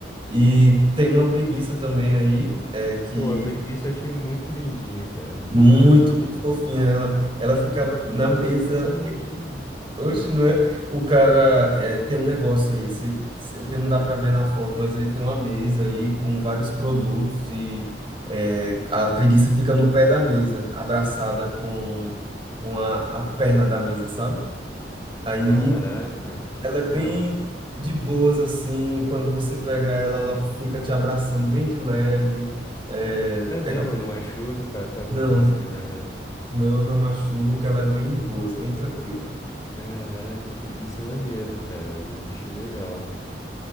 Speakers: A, on the right (about 30°); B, on the left (about 20°).
A: E tem uma preguiça também aí, é que
B: Pô, a preguiça eu achei muito lindinha, cara, muito
A: muito,
B: lindinha.
A: muito fofinha ela, ela ficava
B: Ah, Olha
A: na
B: isso,
A: mesa
B: ela fica sorrindinha.
A: Oxe, não é? O cara é, tem um negócio aí, se- se- porque não dá para ver na foto, mas ele tem uma mesa aí com vários produtos e é, a preguiça fica no pé da mesa, abraçada com, com a, a perna da mesa, sabe? Aí
B: Caraca.
A: ela é bem
B: Ah,
A: de boas, assim, quando você pega ela, ela fica te abraçando bem de leve. É,
B: é mesmo,
A: é aquela-
B: não machuca quase, quase
A: não,
B: negócio nem nada, né?
A: não, não machuca, ela é bem de boas, bem tranquila.
B: Caraca, preguiça é maneira, cara. Um bichinho legal.